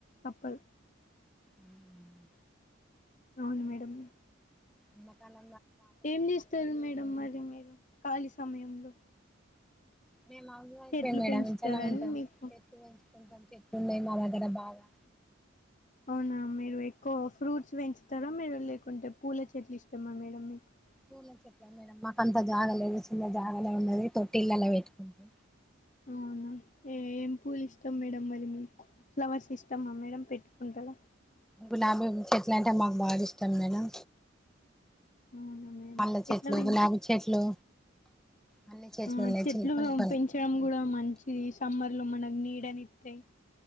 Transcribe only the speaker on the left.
తప్పదు
అవును మేడం
ఏం చేస్తారు మేడం మరి మీరు ఖాళీ సమయంలో
చెట్లు
పెంచుతారని
మీకు
అవునా మీరు ఎక్కువ ఫ్రూట్స్ పెంచుతారా మీరు లేకుంటే పూల చెట్లు ఇష్టమా మేడం మీకు
అవునా ఏ ఏం పూలు ఇష్టం మేడం మరి మీ ఫ్లవర్స్ ఇష్టమా మేడం పెట్ <unintelligible>
అవునా మేడం
ఎట్లా పెంచ్
ఆ
చెట్లు
పెంచడం గూడా మంచిది సమ్మర్ లో మనగినీడనిత్తయ్